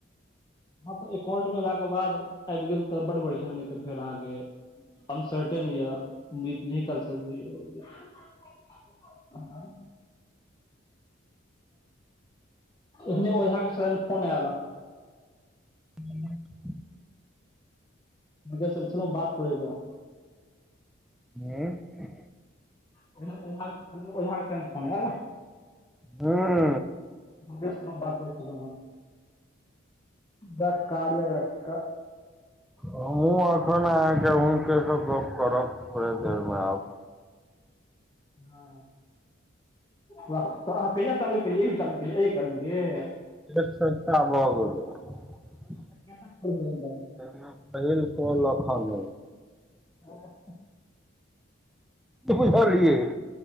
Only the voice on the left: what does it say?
हँ तऽ एकाउंट मे ऐला के बाद आबि गेल तऽ बड बढ़िया नहि तऽ फेर अहाँके अनसर्टेन या उम्मीद नहि करसकबै यो ह ह एखने ओझा के छलनि फोन ऐल
<unintelligible> बात करै लै
<unintelligible> ओझा के छलनि फोन ऐल
दुर्गेश सऽ हम बात करै छलौ है वै कार्य एप्प कऽ
ह तऽ अहा कहिया चालू केलिये अयमे चालू केलिये <unintelligible>
<inaudible>
<unintelligible>